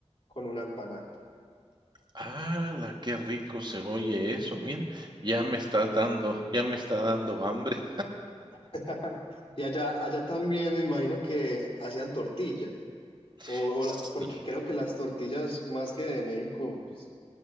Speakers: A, on the left (about 55°); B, on the right (about 40°).
A: con una empanada.
B: ah, ala, qué rico se oye eso. Mira, ya me estás dando, ya me está dando hambre.
A: <laughs> Y allá, allá también me imagino que hacían tortillas. O,
B: <laughs>
A: o
B: Sí.
A: la- porque creo que las tortillas más que de México, pues